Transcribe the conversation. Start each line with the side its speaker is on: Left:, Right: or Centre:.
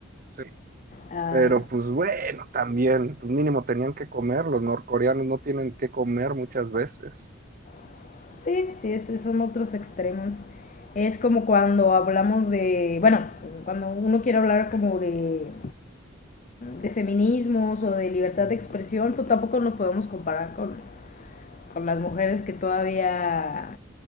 Right: sí.
Left: Ah,
Right: Pero pues bueno, también, pues mínimo tenían que comer, los norcoreanos no tienen que comer muchas veces,
Left: sí, sí, es- son otros extremos. Es como cuando hablamos de, bueno, cuando uno quiere hablar como de, de feminismos o de libertad de expresión, pues tampoco nos podemos comparar con, con las mujeres que todavía